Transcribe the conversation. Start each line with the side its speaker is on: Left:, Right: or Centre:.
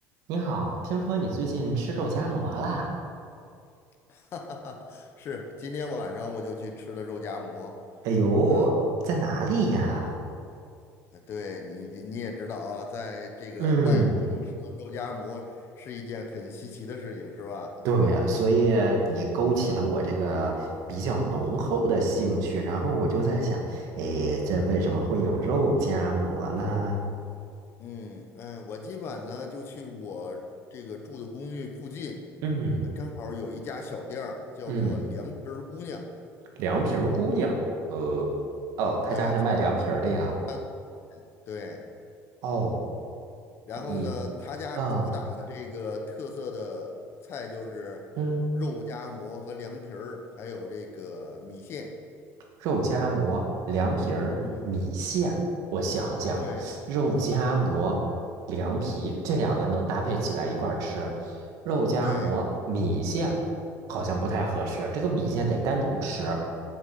Right: 你好，听说你最近吃肉夹馍啦？
Left: <laughs> 哈哈哈，是，今天晚上我就去吃了肉夹馍。
Right: 哎呦，
Left: 嗯，
Right: 在哪里呀？
Left: 哎对你你也知道啊，在这个外国能吃到肉夹馍是一件很稀奇的事情，
Right: 嗯，
Left: 是吧？
Right: 对啊，所以你勾起了我这个比较浓厚的兴趣，
Left: 嗯
Right: 然后我就在想，哎，这为什么会有肉夹馍呢？
Left: 嗯嗯，我今晚呢就去我这个住的公寓附近，
Right: 嗯
Left: 它刚好有一家小店儿叫做“凉皮儿姑娘”，
Right: 嗯，凉皮儿姑娘，呃，哦，他家是卖凉皮儿的呀。
Left: 对，就在三对。
Right: 哦，
Left: 然后呢，
Right: 你，
Left: 他家主打的这个特色的菜就是肉夹馍和凉皮儿，
Right: 哦，嗯。
Left: 还有这个米线。
Right: 肉夹馍、凉皮儿、
Left: 嗯，
Right: 米线。我想想，
Left: 对，
Right: 肉夹馍、凉皮这两个能搭配起来一块儿吃，
Left: 嗯，
Right: 肉夹馍、
Left: 对，
Right: 米线好像不太合适，这个米线得单独吃。